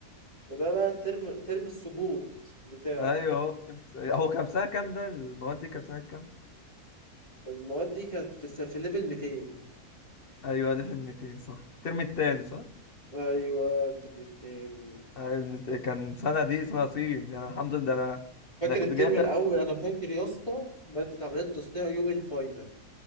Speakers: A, on the left (about 20°); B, on the left (about 40°).
A: ده ده بقى ترم ترم السقوط بتاعه
B: ايوه هو كان- هو كام سنة كام ده المواد دي كام سنة كام
A: المواد دي كانت في الس- في ليفل 200
B: ايوه 1200 صح الترم التاني صح
A: ايوه الترم التاني
B: ايوه، المت- كان سنة دي سنة صين يعني الحمد لله ده انا
A: فاكر
B: ده كنت
A: الترم
B: جايب فيها
A: الاول انا فاكر يا اسطى مادة عملية تصنيع يوم الفاينل